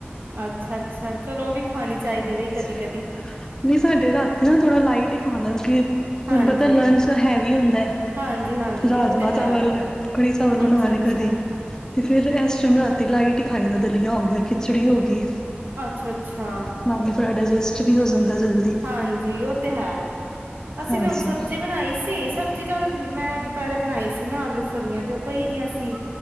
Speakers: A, on the right (about 55°); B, on the left (about 15°).
A: ਅੱਛਾ ਅੱਛਾ ਚਲੋ ਉਹ ਵੀ ਖਾਣੀ ਚਾਹੀਦੀ
B: ਅਛਾ
A: ਬਈ ਕਦੀ-ਕਦੀ
B: ਨਹੀਂ ਸਾਡੇ ਰਾਤੀ ਨਾ ਥੋੜਾ ਲਾਈਟ ਹੀ ਖਾਣਾ ਕਿ ਤੁਹਾਨੂੰ
A: ਹਾਂਜੀ।
B: ਪਤਾ ਲੰਚ ਹੈਵੀ ਹੁੰਦਾ ਹੈ
A: ਹਾਂਜੀ-ਹਾਂਜੀ
B: ਰਾਜਮਾਂ
A: ਉਹ ਤੇ
B: ਚਾਵਲ
A: ਹੈ
B: ਕੜੀ ਚਵਲ ਬਣਾਏ
A: ਅੱਛਾ-ਅੱਛਾ,
B: ਕਦੀ ਤੇ ਫਿਰ ਇਸ ਟਾਈਮ ਰਾਤੀ ਲਾਈਟ ਖਾਈਦਾ ਦਲੀਆ ਹੋ ਗਿਆ, ਖਿਚੜੀ ਹੋ ਗਈ।
A: ਅੱਛਾ ਅੱਛਾ
B: ਨਾਲੇ ੋ੍ਹਾ ਡਾਇਜਸਟ ਵੀ ਹੋ ਜਾਂਦਾ ਜਲਦੀ
A: ਹਾਂਜੀ ਉਹ ਤੇ ਹੈ ਅਸੀਂ
B: ਹਾਂਜੀ।
A: ਵੀ ਹੁਣ ਸਬਜ਼ੀ ਬਣਾਈ ਸੀ ਸਬਜ਼ੀ ਚੱਲ ਮੈਂ ਦੁਪਹਿਰੇ ਬਣਾਈ ਸੀ ਨਾ ਆਲੂ ਫਲੀਆਂ ਤੇ ਉਹ ਪਹੀ ਦੀਆਂ ਸੀ